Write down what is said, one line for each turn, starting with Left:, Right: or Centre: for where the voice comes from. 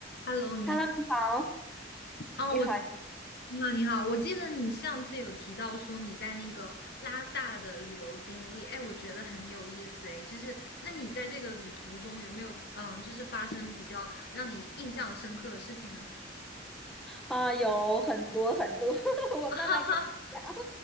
Left: Hello，你好，
Centre: Hello，你好，
Left: 嗯，
Centre: 你好
Left: 我你好，你好，我记得你上次有提到说你在那个拉萨的旅游经历，哎，我觉得很有意思，哎，就是那你在这个旅途中有没有，嗯，就是发生比较让你印象深刻的事情呢？
Centre: 啊，有很多很多，<laughs> 我慢慢跟你讲。
Left: <laughs> 哈哈，